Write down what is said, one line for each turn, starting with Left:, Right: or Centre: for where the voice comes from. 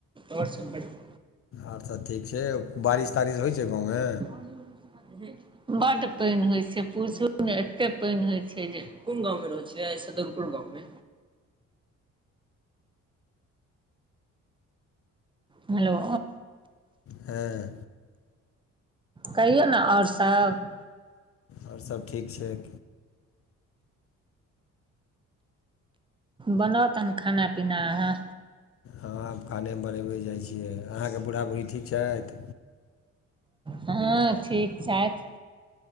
Right: और सब बढ़िया।
Left: और सब ठीक छै? बारिश
Right: आइ साइ
Left: तारिश होइ
Right: चैल
Left: छै
Right: जैतौं
Left: गाँवमे
Right: ने। और दियौ भूसी-बाती ढैट। बड पैन होई छै पुछू ने एते पैन होइ छै जे कोन गाँवं में रहै छियै? सदरपुर गाँव में। हेलो
Left: हे
Right: कहियौ ने और सब।
Left: और सब ठीक छैक।
Right: बनाउ तहन खाना-पीना अहाँ।
Left: हँ, खाने बनेबै जाइ छियै, अहाँ के बूढ़हा-बुढ़ही ठीक छैथ?
Right: हँ, ठीक छैथ।